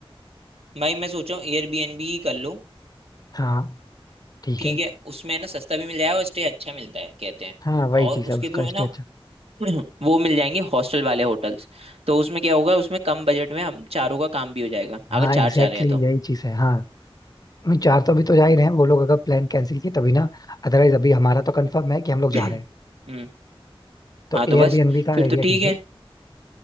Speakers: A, on the right; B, on the left.
A: भाई मैं सोच रहा हूँ एयरबीएनबी ही कर लो
B: हाँ ठीक
A: ठीक
B: है
A: है उसमें है ना सस्ता भी मिल जाएगा और स्टे अच्छा मिलता है कहते हैं
B: हाँ वही
A: और
B: चीज़
A: उसके
B: है उसका
A: थ्रू है
B: स्टे
A: ना
B: अच्छा
A: <clears throat> वो मिल जाएंगे हॉस्टल वाले होटल्स तो उसमें क्या होगा उसमें कम बजट में हम चारों का काम भी हो जाएगा अगर
B: हाँ एग्जैक्टली
A: चार चाह रहे हैं तो
B: exactly यही
A: <clears throat>
B: चीज़ है हाँ नहीं चार तो अभी तो जा ही रहे हैं वो लोग अगर प्लान कैंसिल किए तभी ना अदरवाइज अभी हमारा तो कंफर्म है कि हम लोग जा
A: हम्म
B: रहे हैं तो
A: हाँ तो
B: एयरबीएनबी
A: बस
B: का
A: फिर
B: आइडिया
A: तो ठीक
B: ठीक
A: है
B: है